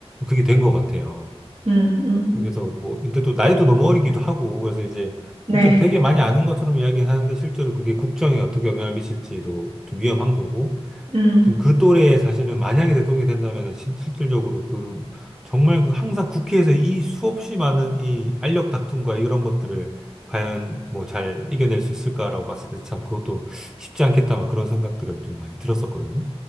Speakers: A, in the centre; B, on the right (about 65°).
A: 그게 된 것 같아요.
B: 음, 음,
A: 그래서 뭐, 근데 또 나이도 너무 어리기도 하고, 그래서 이제
B: 네,
A: 실제로 되게 많이 아는 것처럼 이야기하는데 실제로 그게 국정에 어떻게 영향을 미칠지도 좀 위험한 거고,
B: 음,
A: 좀 그 또래에 사실은 만약에 대통령이 된다면은 실- 실질적으로 그 정말 그 항상 국회에서 이 수없이 많은 이 알력 다툼과 이런 것들을 과연 뭐 잘 이겨낼 수 있을까라고 봤을 때 참 그것도 쉽지 않겠다 막 그런 생각들은 좀 많이 들었었거든요.